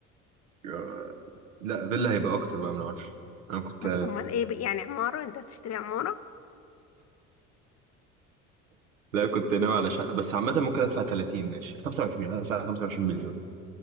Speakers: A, on the right (about 85°); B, on the left (about 40°).
A: آه. لا فيلا هيبقى اكتر بقى من 10 انا كنت
B: م- امال ايه بي- يعني عمارة انت هتشتري عمارة
A: لا كنت ناوي على شقه بس عامه ممكن ادفع 30 ماشي 25 هدفع 25 مليون